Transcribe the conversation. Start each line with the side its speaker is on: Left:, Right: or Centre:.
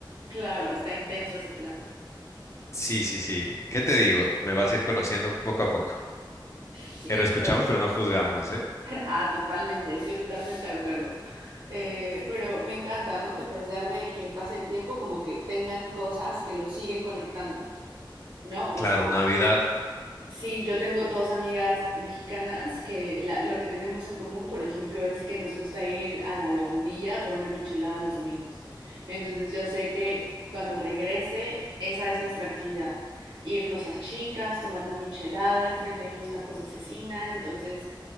Right: claro, está intenso ese plan.
Left: Sí, sí, sí. ¿Qué te digo? Me vas a ir conociendo poco a poco.
Right: Sí,
Left: Pero escuchamos,
Right: pero
Left: pero no juzgamos, ¿eh?
Right: Ah, totalmente, estoy totalmente de acuerdo. Eh, pero me encanta, ¿no? Que a pesar de que pase el tiempo, como que tengan cosas que los siguen conectando, ¿no? O
Left: Claro,
Right: sea,
Left: Navidad.
Right: sí, yo tengo dos amigas mexicanas que la- lo que tenemos en común, por ejemplo, es que nos gusta ir a la lagunilla por una michelada los domingos. Entonces yo sé que cuando regrese, esa es nuestra actividad. Irnos las chicas, tomar una michelada, enfrente hay unos tacos de cecina, entonces...